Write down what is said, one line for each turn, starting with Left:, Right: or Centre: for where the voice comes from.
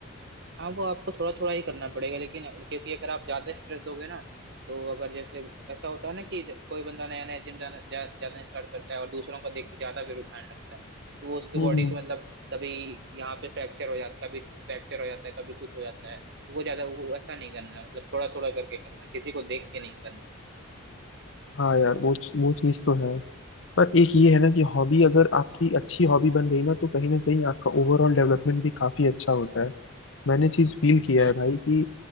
Right: हाँ वो आपको थोड़ा थोड़ा ही करना पड़ेगा लेकिन क्योंकि अगर आप ज्यादा स्ट्रेस दोगे ना तो अगर जैसे ऐसा होता है ना कि कोई बंदा नया नया जिम जाना जा, जाना स्टार्ट करता है और दूसरों को देख के ज्यादा वेट उठाने लगता है तो वो उसके
Left: हम्म
Right: बॉडी
Left: हम्म।
Right: को मतलब कभी यहाँ पे फ्रैक्चर हो जाता है कभी फ्रैक्चर हो जाता है कभी कुछ हो जाता है तो वो ज्यादा वो ऐसा नहीं करना है मतलब थोड़ा थोड़ा करके करना है किसी को देख के नहीं करना
Left: हाँ यार वो वो चीज़ तो है पर एक ये है ना कि हॉबी
Right: हम्म
Left: अगर आपकी अच्छी हॉबी बन गई ना तो कहीं ना कहीं आपका ओवरऑल डेवलपमेंट भी काफी अच्छा होता है मैंने चीज फील किया
Right: हम्म
Left: है भाई कि